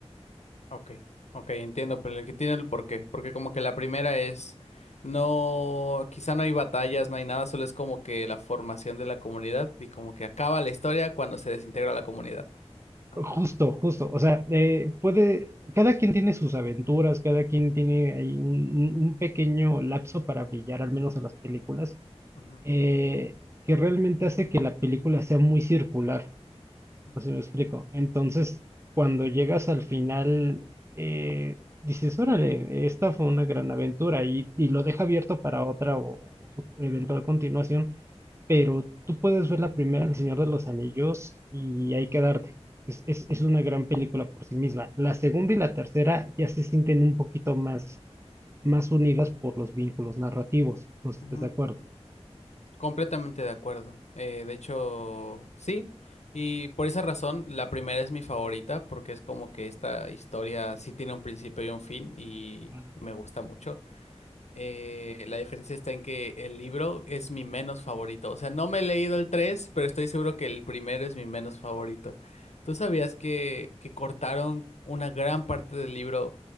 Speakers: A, on the left; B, on the right.
A: Ok, ok, entiendo, pero el que tiene el porqué, porque como que la primera es, no, quizá no hay batallas, no hay nada, solo es como que la formación de la comunidad y como que acaba la historia cuando se desintegra la comunidad. Ajá.
B: Justo, justo. O sea, eh, puede, cada quien tiene sus aventuras, cada quien tiene ahí un, un- un pequeño lapso para brillar, al menos en las películas,
A: Ujú.
B: eh, que realmente hace que la película sea muy circular,
A: Ujú.
B: no sé si me explico. Entonces, cuando llegas al final, eh, dices, órale, esta fue una gran aventura y, y lo deja abierto para otra o, o su eventual continuación pero tú puedes ver la primera, El Señor de los Anillos, y ahí quedarte. Es, es, es una gran película por sí misma. La segunda y la tercera ya se sienten un poquito más, más unidas por los vínculos narrativos. No sé si
A: Sí.
B: estás de acuerdo.
A: Completamente de acuerdo. Eh, de hecho, sí. Y por esa razón, la primera es mi favorita, porque es como que esta historia sí tiene un principio y un fin, y,
B: Ajá.
A: y me gusta mucho. Eh, la diferencia está en que el libro es mi menos favorito. O sea, no me he leído el 3 pero estoy seguro que el primero es mi menos favorito. ¿Tú sabías que, que cortaron una gran parte del libro